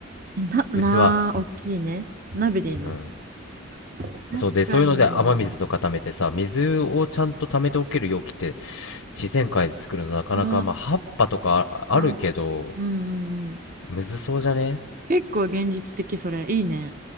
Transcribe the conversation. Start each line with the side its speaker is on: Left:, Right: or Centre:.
Right: えな、なー、
Left: 器
Right: 大きいね。鍋でいいな。
Left: うん
Right: 確かに。
Left: そうで、そういうので雨水とか溜めてさ、水をちゃんと溜めておける容器って自然界で作るのなかなか、
Right: うわ
Left: まあ、葉っぱとかああるけど、
Right: ー。うんうんうん。
Left: むずそうじゃね
Right: 結構現実的、それ。いいね。